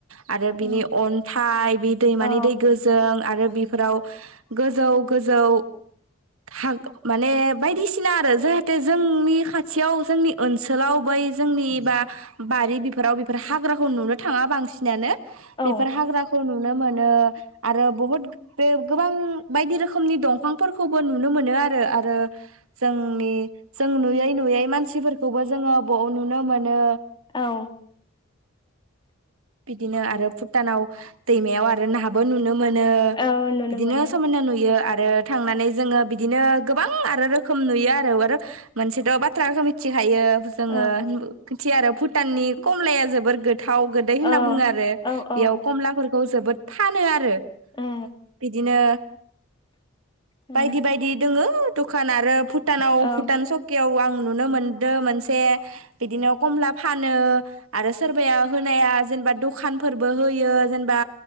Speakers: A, on the right; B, on the left.
A: आरो
B: औ
A: बिनि अन्थाइ बि दैमानि
B: औ
A: दै गोजों आरो बिफोराव गोजौ गोजौ खाग माने बायदिसिना आरो जाहाथे जोंनि खाथियाव जोंनि ओनसोलाव बै जोंनि बा बारि बिफोराव बेफोर हाग्राखौ नुनो थाङा बांसिनानो बेफोर
B: औ
A: हाग्राखौ नुनो मोनो आरो बहुत बे गोबां, बायदि रोखोमनि दंफांफोरखौबो नुनो मोनो आरो आरो जोंनि जों नुयै नुयै मान सिफोरखौबो जोङो बव नुनो मोनो।
B: औ
A: बिदिनो आरो भुटानाव दैमायाव आरो नाहाबो नुनो मोनो
B: औ नुनो
A: बिदिनो
B: मोनो
A: समायना नुयो आरो थांनानै जोङो बि दिनो गोबां आरो रोखोम नुयो आरो आरो मोनसेथ' बाथ्राखो मिथि थायो जोङो
B: औ
A: थि आरो भुटाननि कमलाया जोबोर गोथाव। गोदै होनना
B: औ
A: बुङो आरो
B: औ
A: बेयाव
B: औ
A: कमलाफोरखौ जोबोद फानो आरो
B: औ
A: बिदिनो
B: औ
A: बायदि बायदि दोङो। दखान आरो भु टानाव
B: औ
A: भुटान सकायाव आं नुनो मोनदो मोनसे बिदिनो कमला फानो आरो सोरबाया या जेनबा दखानफोरबो होयो जेनबा